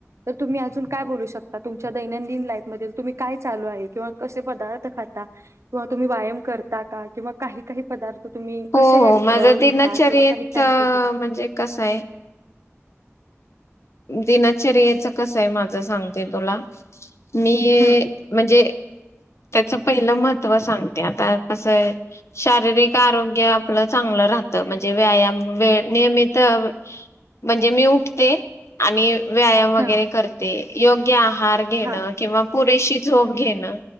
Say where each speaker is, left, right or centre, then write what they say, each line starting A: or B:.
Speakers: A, on the right; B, on the left.
A: तर तुम्ही अजून काय बोलू शकता? तुमच्या दैनंदिन- लाईफ मध्ये तुम्ही काय चालू आहे? किंवा कसे पदार्थ खाता? किंवा तुम्ही व्यायाम करता का? किंवा काही काही पदार्थ- तर तुम्ही
B: हो
A: कसे
B: हो माझं
A: घेता?
B: दिनचर्येच
A: किंवा काही टाईम
B: म्हणजे
A: टेबल?
B: कसं दिनचर्येचं कसाय माझं? सांगते तुला मी...
A: हम्म
B: म्हणजे त्याच पहिलं महत्व सांगते. आता कसाय शारीरिक आरोग्य आपलं चांग- राहत म्हणजे व्यायाम वे नियमित म्हणजे मी उठते. आणि व्यायाम वगैरे
A: हा
B: करते. योग्य आहार घेणं
A: हा
B: किंवा पुरेशी झोप घेणं.